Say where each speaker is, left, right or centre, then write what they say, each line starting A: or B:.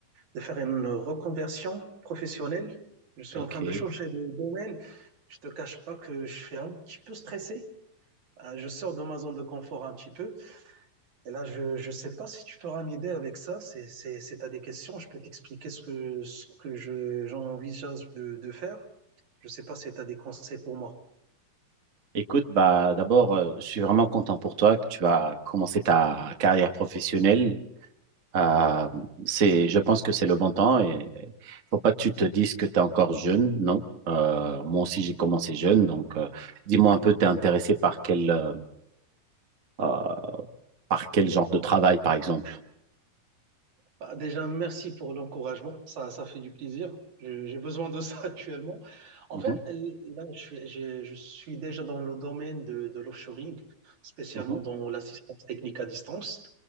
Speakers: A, on the right (about 60°); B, on the right (about 45°).
A: de faire une reconversion professionnelle. Je suis
B: Ok.
A: en train de changer de domaine. Je te cache pas que je suis un petit peu stressé. Euh, Je sors de ma zone de confort un petit peu. Et là, je, je sais pas si tu pourras m'aider avec ça. C'est, c'est, c'est t'as des questions. Je peux t'expliquer ce que, ce que je, j'envisage de, de faire. Je sais pas si tu as des conseils pour moi.
B: Écoute, bah d'abord, euh, je suis vraiment content pour toi que tu vas commencer ta carrière professionnelle. Euh, c'est, je pense que c'est le bon temps et et faut pas que tu te dises que tu es encore jeune, non? Euh, moi aussi, j'ai commencé jeune, donc euh, dis-moi un peu, t'es intéressé par quel, euh, euh, par quel genre de travail, par exemple?
A: Bah, déjà, merci pour l'encouragement. Ça, ça fait du plaisir. Je- J'ai besoin de ça <laughs> actuellement. En
B: Mhm,
A: fait, l- là, je suis, j'ai- je suis déjà dans le domaine de, de l'offshoring, spécialement
B: mhm,
A: dans l'assistance technique à distance.